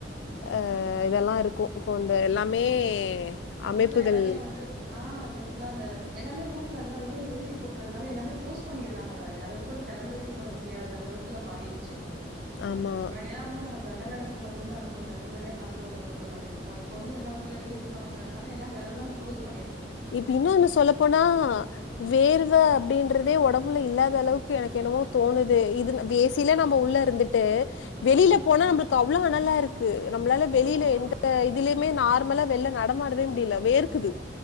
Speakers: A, on the right; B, on the left.
A: ம்.
B: அஹ் இதெல்லாம் இருக் இப்போ வந்து எல்லாமே
A: இப்ப
B: அமைப்புகள்
A: ஃபுல்லா எல்லாமே வந்து ஆ இப்போ ஃபுல்லா அந்த எல்லாமே ரூம்ல இருந்து இது ஏசி போட்டுறதுனால எல்லாமே க்ளோஸ் பண்ணிடுறாங்கள அதுக்கு கதவு கூட திறந்து வைக்க கூட முடியாத அளவுக்கு மாறிடுச்சு
B: ஆமா
A: முன்னாடி எல்லாம் வந்து ஜன்னல்ல மட்டுதான் இருப்போம் ஜன்னல் வழிய காத்து வறத மட்டும் நம்பி இருப்போம் இப்ப வந்து எல்லாம் ஃபுல்லா ஏ சி வாங்கினதுனால எல்ல கதவுல்லாம் களோஸ்
B: இப்ப இன்னும் ஒன்ன சொல்லப்போனா வேர்வை அப்படின்றதே ஒடம்புல இல்லாத அளவுக்கு எனக்கு
A: எல்லாதாங்க
B: என்னமோ தோணுது ஏசிலே
A: கண்டிப்பா.
B: நம்ம உள்ள இருந்துட்டு
A: ம்,
B: வெளியில
A: ம்,
B: போனா
A: ம்,
B: நம்ம
A: ம்.
B: அவ்ளவு அனலா இருக்கு நம்மளால வெளியில
A: ஆமா.
B: எந்த இதுலுமே நார் வெளில நடமாடவே முடியல வேறுக்குது